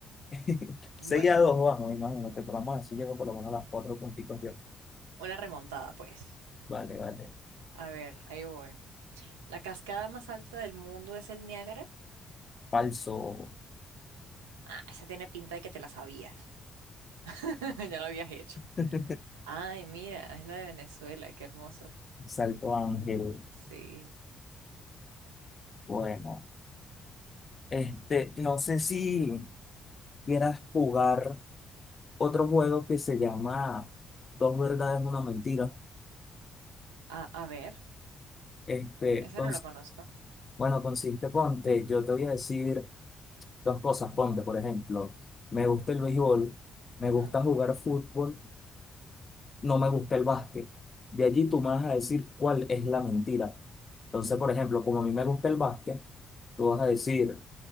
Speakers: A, on the left; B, on the right.
A: <laughs>
B: Bueno,
A: Seis a dos, vamos, imagínate, pero vamos a ver si llego por lo menos a las cuatro puntitos yo.
B: una remontada, pues.
A: Vale, vale.
B: A ver, ahí voy. ¿La cascada más alta del mundo es el Niágara?
A: Falso.
B: Ah, esa tiene pinta de que te la sabías. <laughs> Ya lo habías hecho.
A: <laughs>
B: Ay, mira, es la de Venezuela, qué hermoso.
A: Salto Ángel.
B: Sí.
A: Bueno, este, no sé si quieras jugar otro juego que se llama Dos verdades, una mentira.
B: A, a ver,
A: Este,
B: ese
A: cons-
B: no lo conozco.
A: bueno, consiste, ponte, yo te voy a decir dos cosas, ponte, por ejemplo, me gusta el béisbol, me
B: Ujú.
A: gusta jugar fútbol, no me gusta el básquet. De allí tú me vas a decir cuál es la mentira. Entonces, por ejemplo, como a mí me gusta el básquet, tú vas a decir...